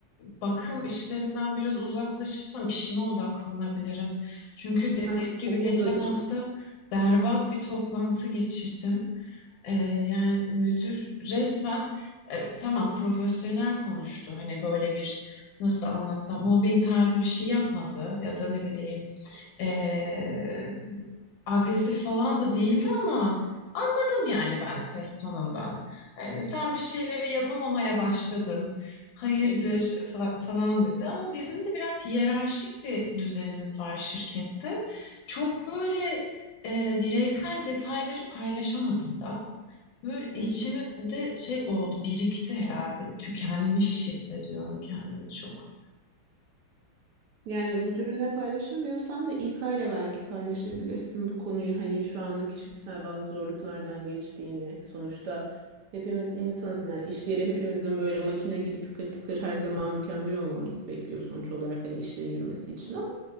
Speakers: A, on the left (about 75°); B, on the right (about 70°).
A: bakım işlerinden biraz uzaklaşırsam işime odaklanabilirim. Çünkü dediğim
B: Hem
A: gibi
B: okulda
A: geçen
B: da.
A: hafta berbat bir toplantı geçirdim. E, yani müdür resmen e, tamam profesyonel konuştu. Hani böyle bir nasıl anlatsam mobbing tarzı bir şey yapmadı ya da ne bileyim ee, agresif falan da değildi ama anladım yani ben ses tonundan. Ee, sen bir şeyleri yapamamaya başladın. Hayırdır
B: Hı hı.
A: fa- falan dedi ama bizim de biraz hiyerarşik bir düzenimiz var şirkette. Çok böyle e, bireysel detayları paylaşamadım da. Böyle içimde
B: Hı hı.
A: şey oldu, birikti herhalde. Tükenmiş hissediyorum kendimi çok.
B: Yani müdürünle paylaşamıyorsan da İK ile belki paylaşabilirsin bu konuyu. Hani şu anda kişisel bazı zorluklardan geçtiğini. Sonuçta hepimiz insanız yani iş yeri hepimizin böyle makine gibi tıkır tıkır her zaman mükemmel olmamızı bekliyor sonuç olarak hani işlerin yürümesi için ama